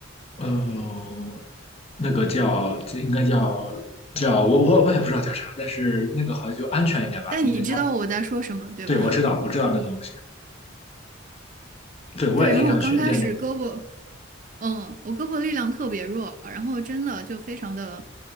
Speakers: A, on the left (about 30°); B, on the right (about 40°).
A: 呃，那个叫这应该叫叫我我我也不知道叫啥，但是那个好像就安全一点吧，
B: 但你知道我在说什么，
A: 因为它
B: 对吧？
A: 对我知道我知道那个东西。对，我也经常去练这个。
B: 对，然后我刚开始胳膊，嗯，我胳膊力量特别弱，然后真的就非常的